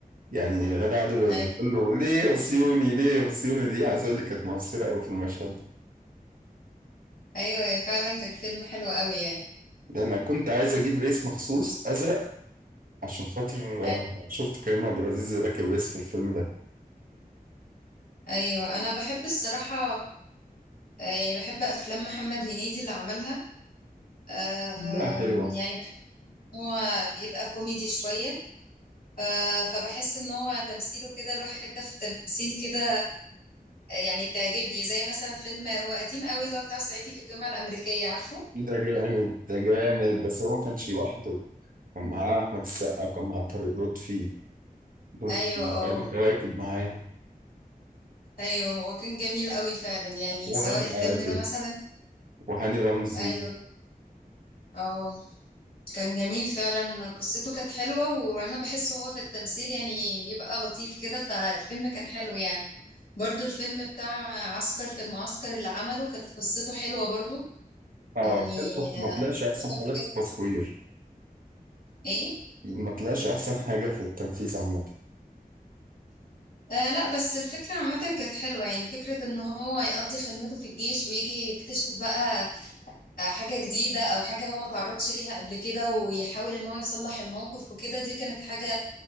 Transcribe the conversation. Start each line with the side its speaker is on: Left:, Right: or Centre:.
Right: يعني غادة عادل وهي
Left: أي-
Right: بتقول له ليه يا وسيوني ليه يا وسيوني دي عايز اقول لك كانت مؤثره قوي في المشهد
Left: ايوه فعلا كان فيلم حلو قوي يعني
Right: ده انا كنت عايز اجيب ريس مخصوص ازرق عشان خاطر
Left: أي-
Right: آه، شفت كريم عبد العزيز راكب ريس في الفيلم ده
Left: ايوه انا بحب الصراحة آه، يعني بحب افلام محمد هنيدي اللي عملها آه،
Right: لا حلوة
Left: يعني بحس ان هو بيبقى كوميدي شوية ف- فبحس ان هو تمثيله كده له حتة في التمثيل كده يعني بتعجبني زي مثلا فيلم هو قديم قوي اللي هو بتاع صعيدي في الجامعة الأمريكية عارفه
Right: ده جامد ده جامد بس هو ما كانش لوحده كان معاه أحمد السقا وكان معاه طارق لطفي دول
Left: أيوه اه
Right: كانوا راكب معاه
Left: أيوه هو كان جميل قوي فعلا يعني
Right: وغادة
Left: سواء الفيلم
Right: عادل
Left: ده مثلا
Right: وهاني رمزي
Left: أيوه اه كان جميل فعلا قصته كانت حلوة وأنا بحس هو في التمثيل يعني بيبقى لطيف كده فالفيلم كان حلو يعني برضو الفيلم بتاع عسكر في المعسكر اللي عمله كانت قصته حلوة برضو
Right: اه
Left: يعني
Right: حلو بس
Left: آه،
Right: ما طلعش أحسن
Left: قبل
Right: حاجة
Left: كده
Right: في التصوير
Left: ايه
Right: ما طلعش أحسن حاجة في التنفيذ عامة
Left: آه لا بس الفكرة عامة كانت حلوة يعني فكرة ان هو يقضي خدمته في الجيش ويجي يكتشف بقى آه، حاجة جديدة او حاجة هو ما تعرضش ليها قبل كده ويحاول ان هو يصلح الموقف وكده دي كانت حاجة